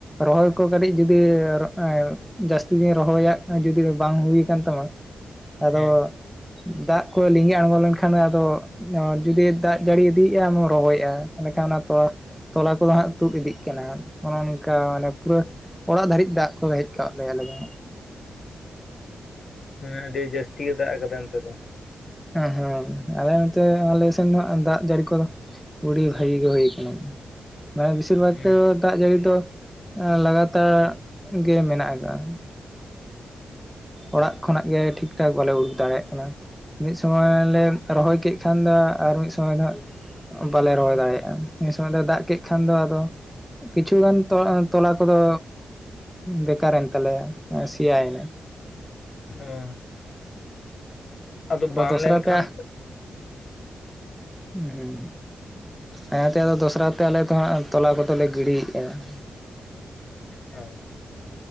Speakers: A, in the centre; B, on the left.
A: ᱨᱚᱦᱚᱭ ᱠᱚ ᱠᱟᱹᱴᱤᱡ ᱡᱩᱫᱤ <unintelligible> ᱡᱟᱹᱥᱛᱤ <unintelligible> ᱨᱚᱦᱚᱭᱟᱜ ᱡᱩᱫᱤ ᱵᱟᱝ ᱦᱩᱭ ᱟᱠᱟᱱ ᱛᱟᱢᱟ ᱟᱫᱚ
B: ᱦᱮᱸ
A: ᱫᱟᱜ ᱠᱚ ᱞᱤᱸᱜᱤ ᱟᱸᱬᱜᱚ ᱞᱮᱱᱠᱷᱟᱱ ᱟᱫᱚ ᱡᱩᱫᱤ ᱫᱟᱜ ᱡᱟᱹᱲᱤ ᱤᱫᱤᱭᱮᱫᱼᱟ ᱟᱢ ᱨᱚᱦᱚᱭᱮᱜᱼᱟ ᱛᱟᱦᱚᱞᱮ ᱠᱷᱟᱱ ᱚᱱᱟ ᱛᱚ ᱛᱚᱞᱟ ᱠᱚᱫᱚ ᱦᱟᱜ ᱛᱩᱫ ᱤᱫᱤᱜ ᱠᱟᱱᱟ ᱚᱱᱮ ᱚᱱᱠᱟ ᱢᱟᱱᱮ ᱯᱩᱨᱟᱹ ᱚᱲᱟᱜ ᱫᱷᱟᱹᱨᱤᱡ ᱫᱟᱜ ᱠᱚ ᱦᱮᱡ ᱠᱟᱜ ᱞᱮᱭᱟᱜ ᱟᱞᱮ ᱫᱚ
B: ᱚ ᱢᱟᱱᱮ ᱟᱹᱰᱤ ᱡᱟᱹᱥᱛᱤ ᱜᱮ ᱫᱟᱜ ᱠᱟᱫᱟ ᱚᱱᱛᱮ ᱫᱚ
A: ᱦᱮᱸ ᱦᱮᱸ ᱟᱞᱮ ᱱᱚᱛᱮ ᱟᱞᱮ ᱥᱮᱱ ᱫᱚ ᱦᱟᱸᱜ ᱫᱟᱜ ᱡᱟᱹᱲᱤ ᱠᱚᱫᱚ ᱩᱰᱤ ᱵᱷᱟᱜᱤ ᱜᱮ ᱦᱩᱭ ᱠᱟᱱᱟ ᱾ ᱢᱟᱱᱮ ᱵᱤᱥᱤᱨ ᱵᱷᱟᱜ
B: ᱦᱩᱸ
A: ᱛᱮ ᱫᱟᱜ ᱡᱟᱹᱲᱤ ᱫᱚ ᱞᱟᱜᱟᱛᱟᱨ ᱜᱮ ᱢᱮᱱᱟᱜ ᱠᱟᱜᱼᱟ ᱾ ᱚᱲᱟᱜ ᱠᱷᱚᱱᱟᱜ ᱜᱮ ᱴᱷᱤᱠ ᱴᱷᱟᱠ ᱵᱟᱞᱮ ᱩᱰᱩᱠ ᱫᱟᱲᱮᱭᱟᱜ ᱠᱟᱱᱟ ᱾ ᱢᱤᱫ ᱥᱚᱢᱚᱭ ᱞᱮ ᱨᱚᱦᱚᱭ ᱠᱮᱫ ᱠᱷᱟᱱ ᱫᱚ ᱟᱨ ᱢᱤᱫ ᱥᱚᱢᱚᱭ ᱫᱚ ᱦᱟᱸᱜ ᱵᱟᱞᱮ ᱨᱚᱦᱚᱲ ᱫᱟᱲᱮᱭᱟᱜᱼᱟ ᱾ ᱱᱤᱭᱟᱹ ᱥᱚᱢᱚᱭ ᱫᱚ ᱫᱟᱜ ᱠᱮᱫ ᱠᱷᱟᱱ ᱫᱚ ᱟᱫᱚ ᱠᱤᱪᱷᱩ ᱜᱟᱱ ᱛᱚ ᱛᱚᱞᱟ ᱠᱚᱫᱚ ᱵᱮᱠᱟᱨᱮᱱ ᱛᱟᱞᱮᱭᱟ ᱥᱮᱭᱟᱭᱮᱱᱟ ᱾
B: ᱚ ᱟᱫᱚ ᱵᱟᱱ
A: ᱫᱚᱥᱨᱟ
B: ᱞᱮᱱᱠᱷᱟᱱ
A: ᱛᱮ ᱦᱩᱸ ᱦᱩᱸ ᱚᱱᱟ ᱛᱮ ᱟᱫᱚ ᱫᱚᱥᱨᱟ ᱛᱮ ᱟᱞᱮ ᱫᱚ ᱦᱟᱸᱜ ᱛᱚᱞᱟ ᱠᱚᱫᱚ ᱞᱮ ᱜᱤᱲᱤᱭᱮᱫᱟ ᱾
B: ᱦᱮᱸ ᱾